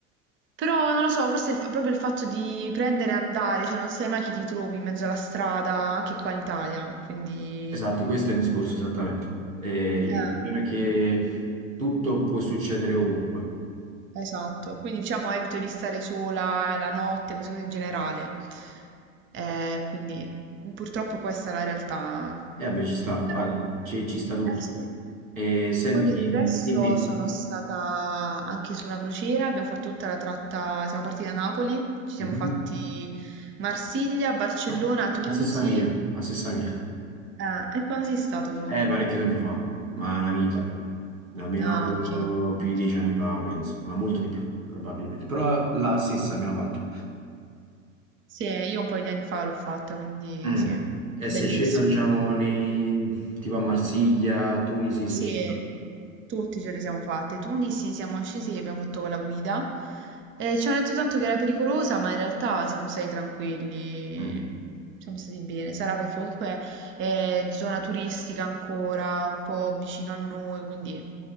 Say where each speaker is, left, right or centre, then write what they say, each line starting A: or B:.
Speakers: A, on the right; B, on the right.
A: Però non lo so, forse il fa- proprio il fatto di prendere e andare, cioè non sai mai chi ti trovi in mezzo alla strada, anche qua in Italia, quindi...
B: Esatto, questo è il discorso esattamente. Eh, il
A: Eh,
B: problema è che tutto può succedere ovunque.
A: esatto, quindi diciamo evito di stare sola la notte, queste cose in generale. Eh, quindi purtroppo questa è la realtà.
B: E vabbè, ci sta,
A: Però,
B: guarda, ci, ci sta tutto.
A: eh sì.
B: Eh, senti,
A: Poi per il resto
B: dimmi, dimmi.
A: sono stata anche su una crociera, abbiamo fatto tutta la tratta, siamo partiti da Napoli, ci siamo
B: Mhm.
A: fatti Marsiglia, Barcellona,
B: Ma
A: Tunisi.
B: La stessa mia, la stessa mia.
A: Ah, e quando sei stato tu?
B: Eh, parecchio tempo fa, ma una vita.
A: Mm.
B: Almeno
A: Ah,
B: tipo,
A: ok,
B: più
A: ok.
B: di dieci anni fa, penso, ma molto di più, probabilmente. Però la stessa abbiamo fatto.
A: Sì, io un paio di anni fa l'ho fatta, quindi
B: Mm.
A: sì,
B: E
A: bellissimo.
B: sei scesa, diciamo, nei... tipo a Marsiglia, a Tunisi,
A: Sì,
B: sei scesa.
A: tutti ce le siamo fatte. Tunisi siamo scesi e abbiamo fatto con la guida. Eh, ci hanno detto tanto che era pericolosa, ma in realtà siamo stati tranquilli.
B: Mm.
A: Siamo stati bene. Sarà perché comunque è zona turistica ancora, un po' vicino a noi, quindi